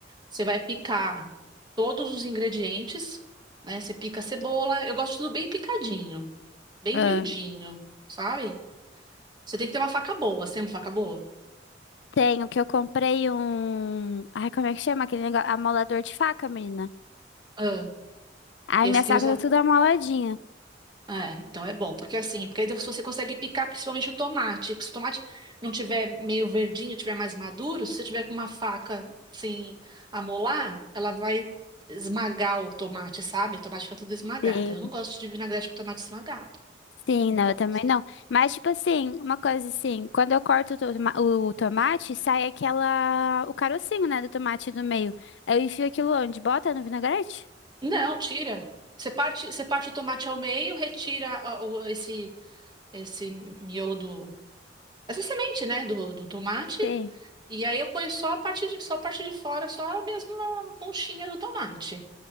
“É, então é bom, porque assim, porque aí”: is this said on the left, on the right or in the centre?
Right